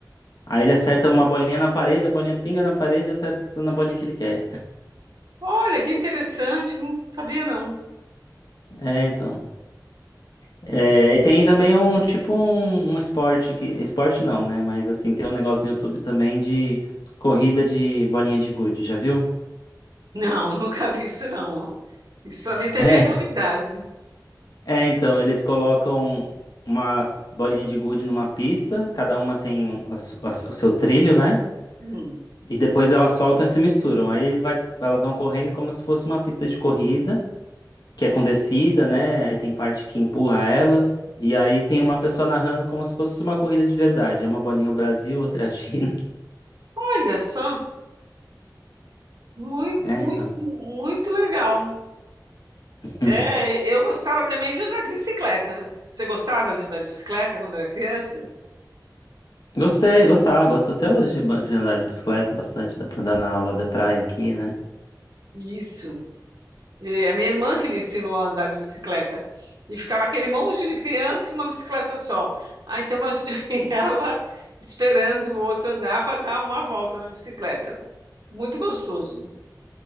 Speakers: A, on the left; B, on the right.
A: Aí ele acerta uma bolinha na parede, a bolinha pinga na parede e acerta na bolinha que ele quer.
B: olha que interessante, não sabia, não.
A: É, então. É, e tem também um tipo um, um esporte que. Esporte não, né? Mas assim, tem um negócio no YouTube também de corrida de bolinha de gude, já viu?
B: Não, <laughs> nunca vi isso, não. Isso para
A: <laughs>
B: mim também é novidade.
A: É, é, então, eles colocam umas bolinhas de gude numa pista, cada uma tem o, su- a su- o seu trilho, né?
B: Hum.
A: E depois elas soltam e se misturam. Aí ele vai, elas vão correndo como se fosse uma pista de corrida. que é com descida, né? Aí tem parte que empurra elas. E aí tem uma pessoa narrando como se fosse uma corrida de verdade. É uma bolinha o Brasil, outra é a China. <laughs>
B: Olha só. Muito,
A: É,
B: muito,
A: então.
B: muito legal. É,
A: Uhum.
B: eu gostava também de andar de bicicleta. Você gostava de andar de bicicleta quando era criança?
A: Gostei, gostava, gosto até hoje de ba- de andar de bicicleta bastante. Dá pra andar na aula da praia aqui, né?
B: Isso. É a minha irmã que me ensinou a andar de bicicleta. E ficava aquele monte de criança e uma bicicleta só. Ah, então a gente, <laughs> ela esperando o outro andar para dar uma volta na bicicleta. Muito gostoso.